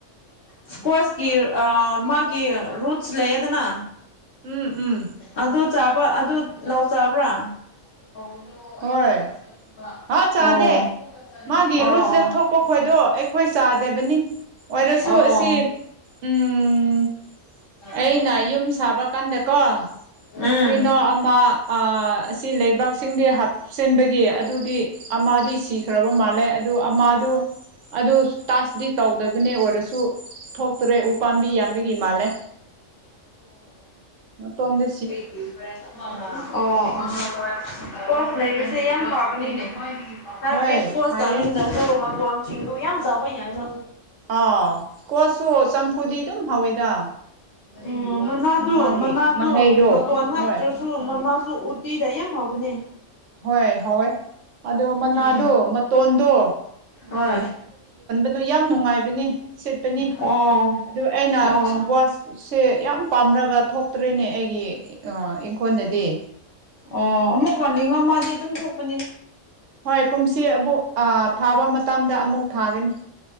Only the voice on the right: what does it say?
ꯎꯝ ꯎꯝ
ꯍꯣꯏ ꯍꯥ ꯆꯥꯗꯦ
ꯃꯥꯒꯤ
ꯔꯨꯠꯁꯇ ꯊꯣꯛꯄ
ꯈꯣꯏꯗꯣ ꯑꯩꯈꯣꯏ ꯆꯥꯗꯕꯅꯤ ꯑꯣꯏꯔꯁꯨ
ꯑꯁꯤ ꯎꯝ ꯑꯩꯅ
ꯌꯨꯝ ꯁꯥꯕ ꯀꯥꯟꯗꯀꯣ
ꯀ꯭ꯔꯤꯅꯣ ꯑꯃ ꯑ ꯑꯁꯤ ꯂꯩꯕ꯫ ꯀꯛꯆꯤꯡꯗꯤ ꯍꯥꯞꯆꯤꯟꯕꯒꯤ ꯑꯗꯨꯗꯤ ꯑꯃꯗꯤ ꯁꯤ ꯈ꯭ꯔꯔꯕ ꯃꯥꯜꯂꯦ ꯑꯗꯨ ꯑꯃꯥꯗꯨ ꯑꯗꯨ ꯇꯥꯁꯇꯗꯤ ꯇꯧꯗꯕꯅꯦ ꯑꯣꯏꯔꯁꯨ ꯊꯣꯛ ꯇ꯭ꯔꯦ ꯎꯄꯥꯥꯝꯕꯤ ꯌꯥꯝꯕꯒꯤ ꯃꯥꯜꯂꯦ ꯃꯇꯣꯟꯗꯤ
ꯎꯝ
ꯍꯣꯏ
ꯐꯩꯌꯦ
ꯑ ꯀꯣꯠꯁꯨ ꯆꯝꯐꯨꯗꯤ ꯑꯗꯨꯝ ꯍꯧꯋꯤꯗ
ꯃꯥꯒꯤ
ꯃꯍꯩꯗꯣ
ꯍꯣꯏ
ꯍꯣꯏ ꯍꯧꯋꯦ ꯑꯗꯣ ꯃꯅꯥꯗꯣ
ꯃꯇꯣꯟꯗꯣ
ꯅ ꯌꯥꯝ ꯅꯨꯡꯉꯥꯏꯕꯅꯤ ꯁꯤꯠꯄꯅꯤ
ꯑꯗꯨ ꯑꯩꯅ
ꯋꯥꯁ ꯁꯦ ꯌꯥꯝ ꯄꯥꯝꯅꯔꯒ ꯊꯣꯛꯇ꯭ꯔꯦꯅꯦ ꯑꯩꯒꯤ ꯑ ꯏꯪꯈꯣꯟꯗꯗꯤ꯫
ꯍꯣꯏ ꯀꯨꯝꯁꯤ ꯑꯃꯨꯛ ꯊꯥꯕ ꯃꯇꯝꯗ ꯑꯃꯨꯛ ꯊꯥꯒꯅꯤ